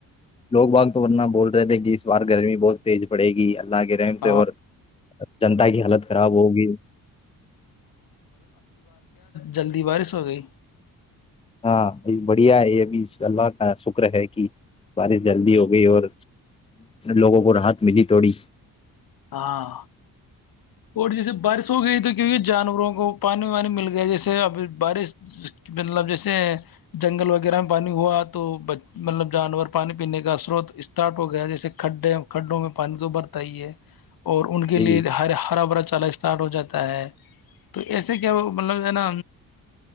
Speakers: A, on the left (about 15°); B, on the left (about 75°).
A: لوگ باغ تو ورتنا بول رہے تھے کہ اس بار گرمی بہت تیز پڑ گی اللہ
B: <unintelligible>
A: کے رحم سے اور جنتا کی حالت خراب ہوگی
B: جلدی بارش ہو گئی
A: ہاں بڑھیا ہے یہ ابھی اللہ کا شکر ہے کہ بارش جلدی ہو گئی اور لوگوں کو رحت ملی تھوڑی
B: ہاں اور جیسے بارش ہو گئی تو کی جانوروں کو پانی وانی مل گیا جیسے اب بارش مطلب جیسے جنگل وغیرہ میں پانی ہوا تو مطلب جانور پانی پینے کا سروت اسٹارٹ ہو گیا جیسے کھڈے کھڈوں میں پانی تو برتا ہی ہے اور ان کے
A: جی
B: لیے ہر برا بھرا چال اسٹارٹ ہو جاتا ہے تو ایسے کیا مطلب ہے نا